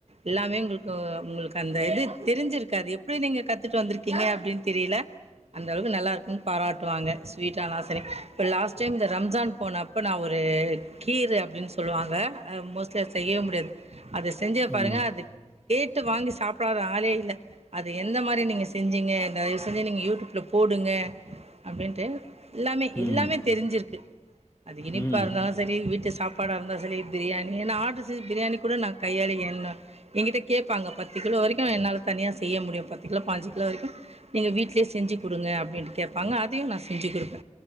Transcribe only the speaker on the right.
எல்லாமே உங்களுக்கு உங்களுக்கு அந்த இது தெரிஞ்சிருக்காது எப்படி நீங்க கத்துட்டு வந்திருக்கீங்க அப்டின்னு தெரியல அந்தளவுக்கு நல்லா இருக்குன் பாராட்டுவாங்க ஸ்வீட்டானாலு சரி இப்போ லாஸ்ட் ஸ்ட டைம் இந்த ரம்ஜான் போனப்போ நா ஒரு கீர் அப்படின்னு சொல்லுவாங்க அ மோஸ்ட்லி அத செய்யவே முடியாது அத செஞ்ச பாருங்க
அத கேட்டு வாங்கி சாப்பிடாத ஆளே இல்ல அது எந்த மாரி நீங்க செஞ்சிங்க தயவ் செஞ்சு நீங்க யூடியூப்பில போடுங்க அப்டின்ட்டு எல்லாமே
எல்லாமே க்கு அது இனிப்பாருந்தாலு
சரி வீட்டு சாப்பாடா இருந்தா சரி பிரியாணி ஏன்ன ஆர்ட்ரு செஞ்சு பிரியாணி கூட நான் கையால என்ன எங்க்கிட்ட கேடப்பாங்க பத்து கிலோ வரைக்கு என்னால தனியா செய்ய முடியு பத்து கிலோ பாஞ்சு கிலோ வரைக்கு நீங்க வீட்லயே செஞ்சு குடுங்க அப்டின்ட்டு கேடப்பாங்க அதையு நா செஞ்சு குடுப்ப